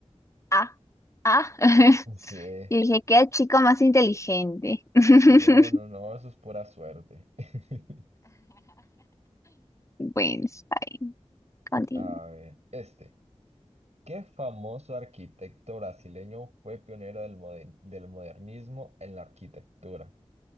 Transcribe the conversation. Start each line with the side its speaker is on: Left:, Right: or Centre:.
Left: Ah, ah. <laughs>
Right: Sí.
Left: Y dije, qué chico más inteligente. <laughs>
Right: No, no, no, eso es pura suerte. <laughs>
Left: Bueno, está bien. Continúe.
Right: A ver, este. ¿Qué famoso arquitecto brasileño fue pionero del, moder- del modernismo en la arquitectura?